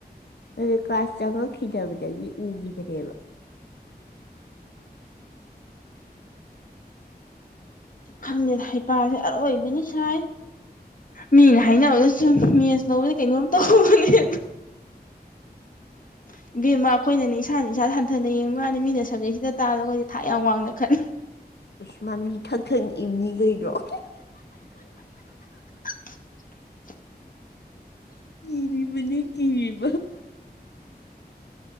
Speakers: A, on the left (about 80°); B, on the left (about 55°).
A: ꯑꯗꯨ ꯀꯥꯁ ꯆꯪꯉꯛꯈꯤꯗꯕꯗꯒꯤ ꯎꯈꯤꯗ꯭ꯔꯦꯕꯥ
B: ꯈꯪꯗꯦꯗꯥ ꯍꯩꯄꯥꯁꯦ ꯑꯔꯣꯏꯕꯤꯅꯤ ꯁꯥꯏ ꯃꯤꯅ ꯍꯥꯏꯅꯕꯗ ꯁꯨꯝ ꯃꯦꯁ ꯂꯧꯕꯗꯤ ꯀꯩꯅꯣꯝ ꯇꯧꯍꯧꯕꯅꯤ ꯍ <unintelligible> <inaudible> ꯕꯦꯝꯃ ꯑꯩꯈꯅꯅꯦ ꯏꯁꯥꯅ ꯏꯁꯥ ꯁꯟꯊꯅ ꯌꯦꯡꯕ ꯃꯥꯥꯟꯅꯤ ꯃꯤꯅ ꯁꯕꯖꯦꯛꯁꯤꯗ ꯇꯥꯔꯗ ꯑꯩꯈꯣꯏꯗꯤ ꯊꯥꯛ ꯌꯥꯝ ꯋꯥꯡꯅ ꯈꯜꯂꯦ
A: ꯀꯩꯁꯃꯥ ꯂꯤ ꯊꯛ ꯊꯛ ꯅꯤꯛꯏꯝꯅ‌ꯦ ꯀꯅ‌ꯣ
B: <unintelligible>
A: ꯀꯤꯔꯤꯕꯅꯦ ꯀꯤꯔꯤꯕꯥ